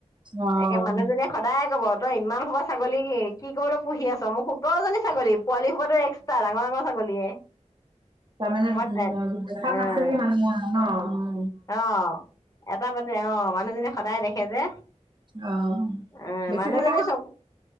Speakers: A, on the right; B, on the left.
A: অ
B: একে
A: উম
B: মানুহজনীয়ে সদায়ে কব, তই ইমান হুপা ছাগলী কি কি কৰিবলৈ পুহি আছ। মোৰ সোতৰজনী ছাগলী পোৱালি সোপো টো এক্সট্ৰা ডাঙৰ ডাঙৰ ছাগলীয়ে।
A: তাৰমানে
B: মই
A: উ দেখা
B: অ',
A: নাছিলি মানুহে। অ'।
B: অ' এটা পাতে অ' মানুহজনী সদায় দেখি দেখে যে
A: অ'
B: অ',
A: বেছি
B: মানুহজনী
A: থকা
B: চকু